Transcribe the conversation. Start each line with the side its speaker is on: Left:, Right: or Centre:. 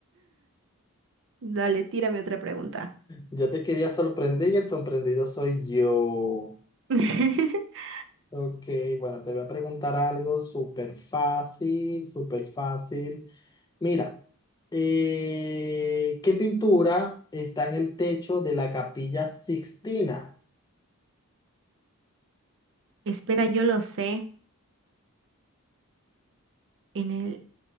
Right: Dale, tírame otra pregunta.
Left: Yo te quería sorprender y el sorprendido soy yo.
Right: <laughs>
Left: Ok, bueno, te voy a preguntar algo súper fácil, súper fácil. Mira, eh, ¿qué pintura está en el techo de la Capilla Sixtina?
Right: Espera, yo lo sé. En el